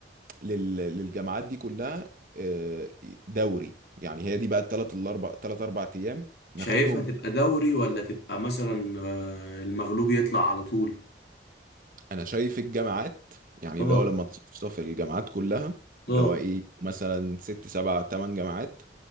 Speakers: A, on the right; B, on the left.
A: لل- للجامعات دي كلها آه، دوري يعني هي دي بقى الثلاث الاربع ثلاث اربع ايام ناخدهم
B: شايفها تبقى دوري ولا تبقى مثلا آه، المغلوب يطلع على طول
A: انا شايف الجامعات يعني
B: اه
A: اللي هو لما تصفصف الجامعات كلها
B: اه
A: اللي هو ايه مثلا ست سبع تمن جامعات